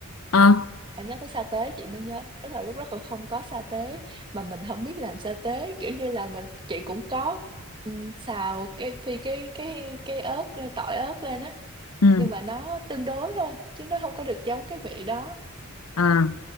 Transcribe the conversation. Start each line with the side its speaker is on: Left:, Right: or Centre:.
Left: Ờ,
Right: em nhắc tới sa tế chị mới nhớ tức là lúc đó còn không có sa tế mà mình không biết làm sa tế kiểu như là mình chị cũng có ừ, xào cái phi cái cái cái ớt ra, tỏi ớt lên á
Left: ừ.
Right: nhưng mà nó tương đối thôi chứ nó không có được giống cái vị đó
Left: À,